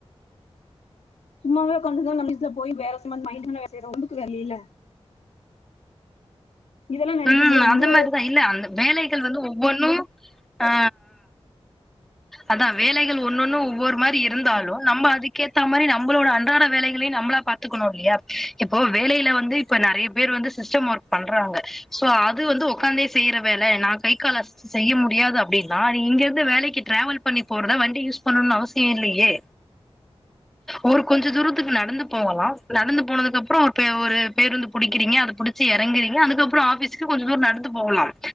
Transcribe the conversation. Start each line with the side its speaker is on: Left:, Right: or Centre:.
Left: சும்மாவே உக்காந்து <unintelligible> சரி <inaudible> வேல இல்ல இதெல்லாம் நினைக்கும்
Centre: ம்
Left: போது வந்து
Centre: அந்த மாரிதா இல்ல அந்த வேலைகள் வந்து ஒவ்வொன்னும் அ அதா வேலைகள் ஒன் ஒன்னு ஒவ்வொரு மாரி இருந்தாலு நம்ம அதுக்கேத்த மாரி நம்மளோட அன்றாட வேலைகளையு நம்மள கத்துக்கணு இல்லையா இப்போ வேலையில வந்து இப்ப நெறைய பேர் வந்து சிஸ்டம் ஒர்க் பண்றாங்க சோ அது வந்து ஒக்காந்தே செய்யற வேலை நான் கை கால செய்ய முடியாது அப்டின்னா அது இங்கிருந்து வேலைக்கு டிராவல் பண்ணி போறதா வண்டி யூஸ் பண்ணணும்னு அவசியம் இல்லையே ஒரு கொஞ்ச தூரத்துக்கு நடந்து போவலா நடந்து போனதுக்கு அப்றோ ஒரு ஒரு பேருந்து பிடிக்கிறீங்க அது பிடிச்சி இறங்குறீங்க அதுக்கப்றோ <unintelligible> கொஞ்ச தூர நடந்து போகலாம்